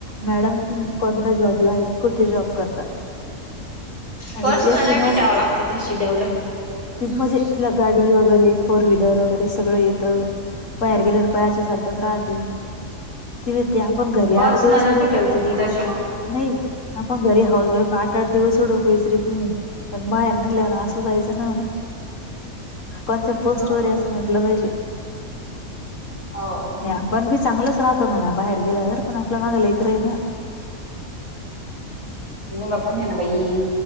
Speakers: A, on the left; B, on the right.
A: मॅडम तुम्ही कोणता जॉबला आहे, कुठे जॉब करता.
B: पर्सटि
A: आणि ती अशी
B: टावं लागती तशि डेव्हलप.
A: त म्हणजे तिला गाडी वगैरे फोर व्हीलर वगैरे सगळं येतं. बाहेर गेलेवर बाहेरच्या सारखंच राहती. ती भती अपण गरी
B: पर्सनॅलिटी
A: आड दिवसडोक.
B: ठेवती ती तशी मग
A: नाही आपण घरी हाऊस वाईफ आठ आठ दिवस सडोकहीचरीत नाही, पण बाहेर निघल्या रात जायच ना कोणत पोस्ट
B: हो
A: वर असं वाटलं पाहिजे.
B: हो ते
A: नाही आपण
B: तर आहेच.
A: बी चांगलच राहतो म्हणा बाहेर गेल्यावर पण आपल्या माग लेकर आहे ना.
B: मुलं पण आहे ना बाई.